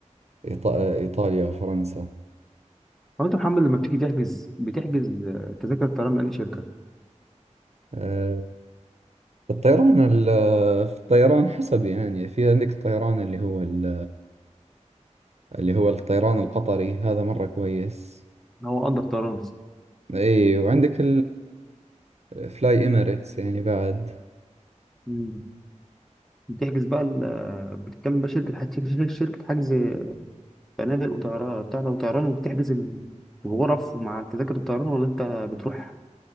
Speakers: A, on the right; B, in the centre.
A: إيطا- ايطاليا وفرنسا
B: هو انت محمد لما بتيجي تحجز بتحجز آه، تذاكر الطيران من اي شركه
A: آه، الطيران ال- في الطيران حسب يعني في عندك الطيران اللي هو ال- اللي هو الطيران القطري هذا مرة كويس
B: هو قدر طيران
A: اي وعندك الفلاي اميريتس يعني بعد
B: مم. بتحجز بقى ال- آه، بتتكلم بقى شركه حج- شركه شركة حجز فنادق وطيران بتاع ده وطيران وبتحجز ال- الغرف ومع تذاكر الطيران ولا انت بتروح